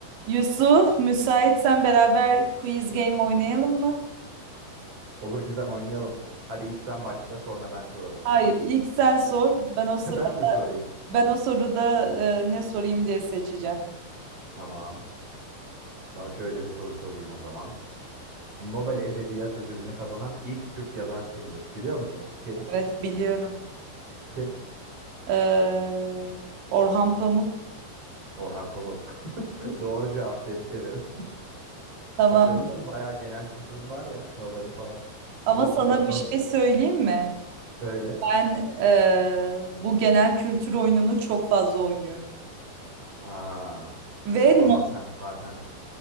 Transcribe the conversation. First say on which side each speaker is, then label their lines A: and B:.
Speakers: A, on the right; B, on the right.
A: Yusuf, müsaitsen beraber quiz game oynayalım mı?
B: Olur Gizem oynayalım. Hadi ilk sen başla sonra ben sorarım sana.
A: Hayır, ilk sen sor. Ben o
B: <laughs>
A: sıra
B: Ben mi sorayım?
A: ben o soruda e, ne sorayım diye seçeceğim.
B: Tamam. Sana şöyle bir soru sorayım o zaman. Nobel Edebiyat Ödülünü kazanan ilk Türk yazar kimdir? Biliyor musun? Kim?
A: Evet, biliyorum.
B: Kim?
A: Ee, Orhan Pamuk.
B: Orhan Pamuk. <laughs> Doğru cevap. Tebrik ederim. <laughs>
A: Tamam.
B: Başarılısın. Bayağı genel kültürün var ya. Nobel'i falan.
A: Ama
B: Biliyorsun.
A: sana
B: Bakalım.
A: bir şey söyleyeyim mi?
B: Söyle.
A: Ben e, bu genel kültür oyununu çok fazla oynuyorum.
B: Aa,
A: Ve
B: o zaman
A: no-
B: sen zaten